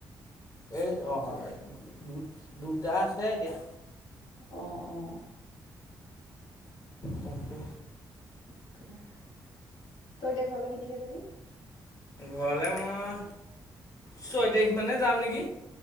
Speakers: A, on the left; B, on the left.
A: এ অ',
B: অকলে
A: <unintelligible> দুটা আছে এতিয়া।
B: অ', অ'।
A: তাকে
B: <unintelligible> তই এতিয়া ঘৰলে কি তাৰিখে যাবি?
A: ঘৰলে মই, ছয় তাৰিখ মানে যাম নেকি।